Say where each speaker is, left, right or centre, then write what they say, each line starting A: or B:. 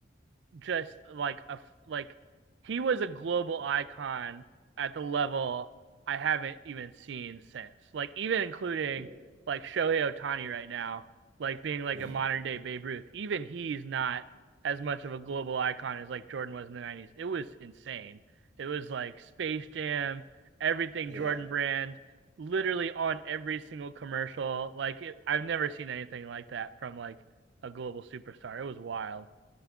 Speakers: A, on the right; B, on the right.
A: just like a like he was a global icon at the level I haven't even seen since. Like even including
B: yeah,
A: like Shohei Ohtani right now, like being like
B: <laughs>
A: a modern day Babe Ruth. Even he's not as much of a global icon as like Jordan was in the nineties. It was insane. It was like Space Jam, everything
B: yeah,
A: Jordan brand, literally on every single commercial. Like it, I've never seen anything like that from like a global superstar. It was wild.